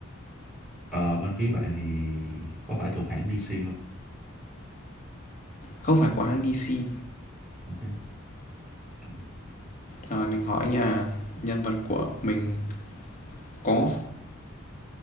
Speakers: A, in the centre; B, on the left (about 40°).
A: Ờ, bên phía bạn thì có phải thuộc hãng DC không?
B: Không phải của hãng DC.
A: Ok, Ừ,
B: Rồi mình hỏi nhà nhân vật của mình có